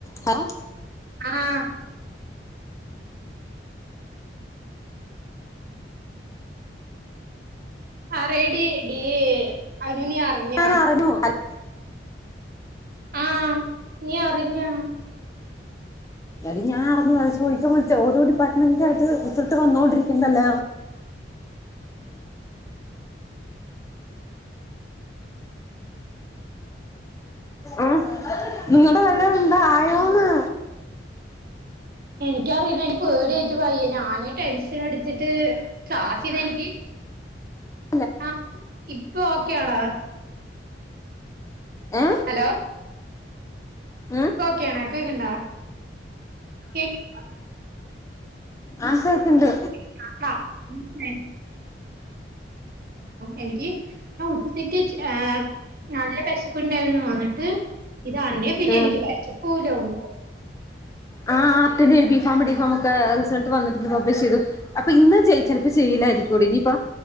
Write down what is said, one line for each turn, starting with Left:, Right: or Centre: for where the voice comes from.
Left: Hello
Right: ആഹ് പറടി ഡീ അനു നീ അറിഞ്ഞാ
Left: ഞാനഅറിഞ്ഞു അ
Right: ആഹ് നീ അറിഞ്ഞാ?
Left: എടി ഞാൻ അറിഞ്ഞുഅത് ചോയിക്കാൻ വിളിച്ച ഓരോ ഡിപ്പാർട്ട്മെന്റിന്റെ ആയിട്ട് വന്നോണ്ടിരിക്കുന്നല്ല. ആഹ് നിങ്ങളടെ വല്ല എന്താ ആയോന്ന്?
Right: എനിക്കറിയില്ല എനി പേടിയായിട്ട് പയ്യ ഞാന് ടെൻഷൻ അടിച്ചിട്ട്. കാശിന് എനിക്ക്
Left: അ <inaudible>
Right: ആഹ് ഇപ്പൊ ഓക്കെയാണോ?
Left: ഏഹ്
Right: ഹലോ
Left: <unintelligible>
Right: ഇപ്പൊ ഓക്കെയാണോ കേക്ക്ണ്ടോ കേക്ക്ണ്ടോ
Left: ആഹ് കേക്ണ്ട്
Right: <unintelligible> എനിക്ക് ആഹ് ഉച്ചക്ക് എഹ് നല്ല വിശപ്പുണ്ടായിരുന്നു വന്നിട്ട്. ഇതറിഞ്ഞേ പിന്നെ
Left: ആഹ്
Right: എനിക്ക് വിശപ്പൂല ഒന്നും ഇല്ല
Left: ആഹ് അ ബി ഫോ ഡി ഫോമ ഒക്കെ റിസൾട്ട് വന്നിട്ടുണ്ട് പബ്ലിഷ് ചെയ്തു. അപ്പൊ ഇന്ന് ചെയ ചിലപ്പപ്പോ ചെയ്യിലായിരിക്കുംടെ ഇനിയിപ്പ.